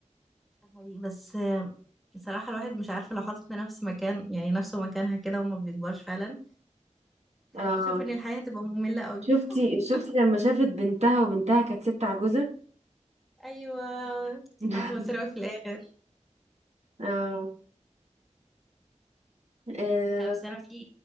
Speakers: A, in the centre; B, on the right.
A: حقيقي بس آه، بصراحة الواحد مش عارفة لو حاطط نفس مكان يعني نفسه مكانها كده وما بيكبرش فعلا خليك
B: اه
A: تشوف ان الحياة هتبقى مملة قوي
B: شفتي
A: <laughs>
B: شفتي لما شافت بنتها وبنتها كانت ست عجوزة
A: ايوه
B: <laughs>
A: هتوتر قوي في الاخر
B: اه آه،
A: لا بس انا في